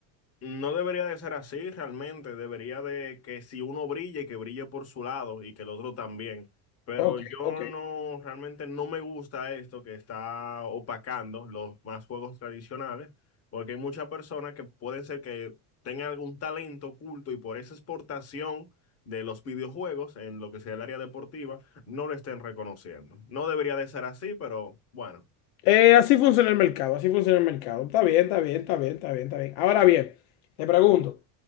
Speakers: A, on the left; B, on the left.
A: No debería de ser así realmente, debería de que si uno brille, que brille por su lado y que el otro también. Pero
B: Ok,
A: yo
B: ok.
A: no, realmente no me gusta esto que está opacando los más juegos tradicionales, porque hay muchas personas que pueden ser que tengan algún talento oculto y por esa exportación de los videojuegos en lo que sea el área deportiva, no lo estén reconociendo. No debería de ser así, pero bueno,
B: Eh, así funciona el mercado, así funciona el mercado. Está bien, está bien, está bien, está bien, está bien. Ahora bien, te pregunto,